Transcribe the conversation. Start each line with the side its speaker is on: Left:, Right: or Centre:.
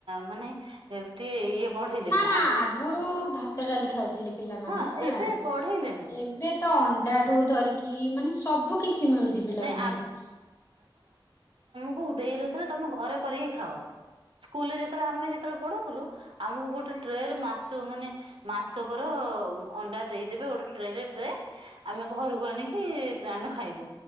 Right: ମାନେ ଟିକେ ଇଏ ବଢେଇଲେଣି
Left: ନା ନା
Right: ଆଗକୁ
Left: ଆଗରୁ ଭାତ ଡାଲି ଖାଉଥିଲେ ପିଲାମାନେ
Right: ହଁ
Left: ହେଲା।
Right: ଏବେ ବଢେଇଲେଣି
Left: ଏବେ ତ ଅଣ୍ଡାଠୁ ଧରିକି କି ମାନେ ସବୁ କିଛି ମିଳୁଛି ପିଲାମାନଙ୍କୁ।
Right: ନାଇଁ ହ ଦେଇ ଦଉଥିଲେ ତମ ଘରେ କରିକି ଖାଅ ସ୍କୁଲରେ ଯେତେବେଳେ ଆମେ ଯେତେବେଳେ ପଢୁ ଆମକୁ ଗୋଟେ ଟ୍ରେରେ ମାସ ମାନେ ମାସକ ର ଅଣ୍ଡା ଦେଇଦବେ ଗୋଟେ ଆମେ ଘରକୁ ଆଣି ଆମେ ଖାଇବୁ